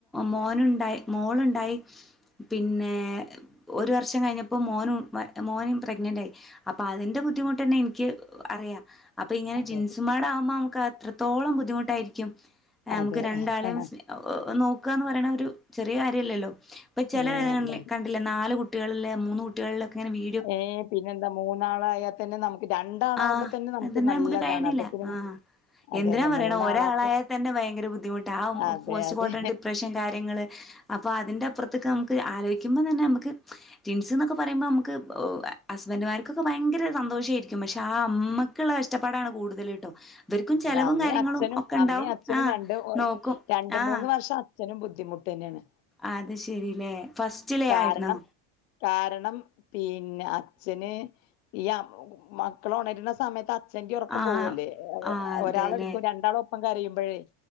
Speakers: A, in the centre; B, on the left.
A: മോനുണ്ടായി, മോളുണ്ടായി, പിന്നെ ഒരു വർഷം കഴിഞ്ഞപ്പോൾ മോനും, മോനയും പ്രഗ്നൻറായി. അപ്പൊ അതിന്റെ ബുദ്ധിമുട്ട് തന്നെ എനിക്ക് അറിയാം. അപ്പൊ ഇങ്ങനെ
B: അതെ
A: ട്വിൻസുമാരാകുമ്പോ നമുക്ക് എത്രത്തോളം ബുദ്ധിമുട്ടായിരിക്കും.
B: അതെ
A: നമുക്ക് രണ്ടാളെയും
B: അതെ
A: നോക്കുകാന്ന് പറയണ, ഒരു ചെറിയ കാര്യ ല്ല ല്ലോ. അപ്പൊ ചില
B: ഏഹ് അതെ
A: രില്ലേ, നാല് കുട്ടികളുള്ള, മൂന്ന് കുട്ടി കളുള്ള തൊക്കെ വീ
B: ഏ. പിന്നെ, ന്താ മൂന്നാള് ആയാൽ തന്നെ നമു ക്ക്, രണ്ടാളാവുമ്പോ
A: ആഹ്
B: തന്നെ നമുക്ക്
A: അതന്നെ
B: നല്ലതാണ്.
A: കഴിയണില്ല
B: അപ്പൊ പിന്നെ
A: ആഹ്
B: അതെ
A: എന്തിനാ
B: അതെ
A: പറയണം.
B: മൂന്നാളാക്കെ
A: ഒരാളായാൽ തന്നെ ഭയങ്കര ബുദ്ധിമുട്ട് ആണ്.
B: അതെ
A: പോസ്റ്റ്മോർട്ടം,
B: അതെ
A: ഡിപ്രഷൻ കാര്യങ്ങള് അപ്പൊ, അതിന്റെ അപ്പുറത്തൊക്കെ നമുക്ക് ആലോചിക്കുമ്പോ തന്നെ, നമുക്ക് ട്വിൻസ് എന്നൊക്കെ പറയുമ്പോൾ, നമുക്ക് ഹസ്ബൻഡ്മാർ ക്കൊക്കെ ഭയങ്കര, സന്തോഷ മായിരിക്കും. പക്ഷെ, ആഹ് അമ്മക്കുള്ള കഷ്ടപ്പാടാണ് കൂടുതല്, കേട്ടോ? ഇവർക്കും
B: അതെ,
A: ചെലവും
B: അമ്മ
A: കാര്യങ്ങളും
B: അച്ഛനും,
A: ഒക്കെ ഉണ്ടാവും
B: അമ്മയും അച്ഛനും,
A: ആഹ്
B: രണ്ട്
A: നോക്കും
B: രണ്ട്
A: ആഹ്
B: മൂന്ന് വർഷ അച്ഛനും ബുദ്ധിമുട്ട് തന്നെയാണ്.
A: അത് ശരി ല്ലേ. ഫസ്റ്റ് ലേ
B: കാരണം
A: ആയിരുന്നോ?
B: കാരണം പിന്നെ അച്ഛന് ഈ മക്കൾ ഉണരുന്ന സമയത്ത്, അച്ഛന്റ ഉറക്കം
A: ആഹ്
B: പോകല്ലേ?
A: ആഹ് അതെല്ലേ
B: ഒരാള് എടുക്കുലാ രണ്ടാള് ഒപ്പം കരയുംമ്പഴേ